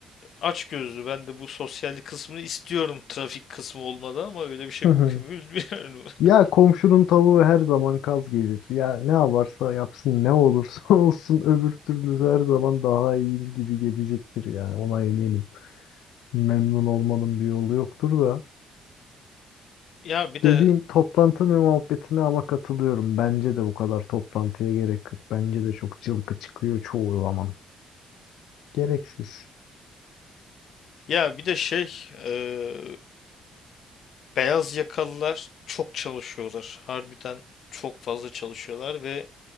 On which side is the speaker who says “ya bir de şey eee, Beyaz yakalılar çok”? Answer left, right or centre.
Left